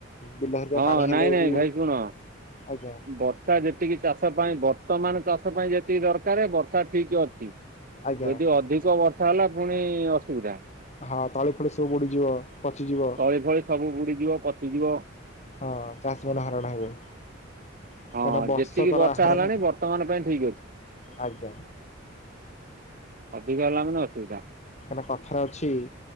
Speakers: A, on the left (about 35°); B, on the right (about 45°).
A: ବିଲ ହେରିକା
B: ହଁ
A: ପାଣି
B: ନାଇଁ
A: ହେଲେ
B: ନାଇଁ
A: ବି
B: ଭାଇ ଶୁଣ
A: ଆଜ୍ଞା।
B: ବର୍ଷା ଯେତିକି ଚାଷ ପାଇଁ ବର୍ତ୍ତମାନ ଚାଷ ପାଇଁ ଯେତିକି ଦରକାର ବର୍ଷା ଠିକ ଅଛି।
A: ଆଜ୍ଞା
B: ଯଦି ଅଧିକ ବର୍ଷା ହେଲା ପୁଣି ଅସୁବିଧା।
A: ହଁ ତଳି ଫଳି ସବୁ ବୁଡିଯିବ ପଚିଯିବ।
B: ତଳି ଫଳି ସବୁ ବୁଡିଯିବ ପଚିଯିବ।
A: ହଁ ଚାଷୀମାନେ ହଇରାଣ ହେବେ। କାହିଁକିନା
B: ହଁ
A: ବର୍ଷକର
B: ଯେତିକି ବର୍ଷା
A: ଆହାର
B: ହେଲାଣି
A: ନା
B: ବର୍ତ୍ତମାନ ପାଇଁ ଠିକ ଅଛି।
A: ଆଜ୍ଞା
B: ଅଧିକ ହେଲା ମାନେ ଅସୁବିଧା।
A: ମାନେ କଥାରେ ଅଛି